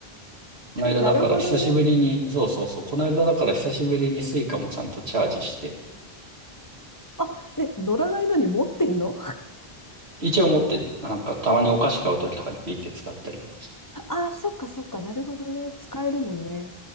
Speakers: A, on the right; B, on the left.
A: この間だから久しぶりに、
B: なるほどね。
A: そうそうそう、この間だから久しぶりにスイカもちゃんとチャージして、
B: あ、え、乗らないのに持ってんの
A: 一応持って、なんかたまにお菓子買うときとかにピッて使ったりとかして。
B: ああ、そっかそっか、なるほどね。使えるもんね。